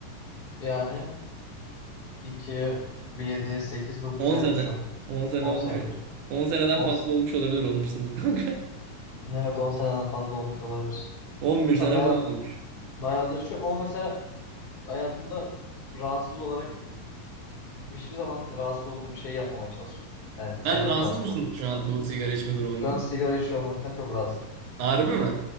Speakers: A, on the left; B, on the right.
A: Yani 2 7 8 9
B: 10
A: senedir
B: sene.
A: içiyorum.
B: on sene
A: 10
B: olmuş.
A: senedir.
B: on seneden
A: 10
B: fazla olmuş olabilir onuncu sınıf kanka.
A: Evet 10 seneden fazla olmuş olabilir.
B: <laughs> 11 sene
A: Ben bayağı
B: falan olmuş.
A: bayağıdır içiyorum ama mesela hayatımda rahatsız olarak hiçbir zaman rahatsız olduğum bir şey yapmamaya çalışıyorum. Yani sevmem
B: Sen rahatsız
A: rahatsız
B: mısın
A: oldum.
B: şu an bu sigara içme durumundan?
A: Şu an sigara içiyor olmaktan çok rahatsız.
B: Harbi mi?